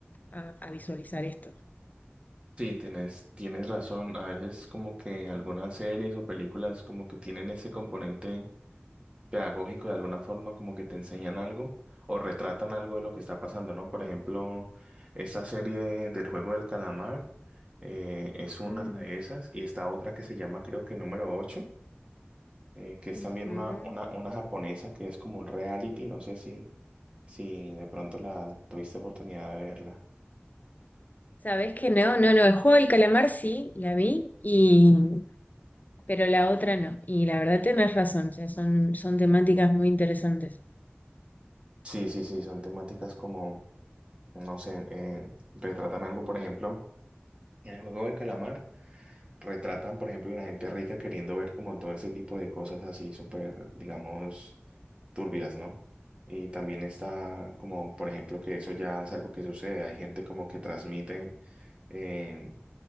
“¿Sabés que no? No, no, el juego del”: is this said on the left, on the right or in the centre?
Left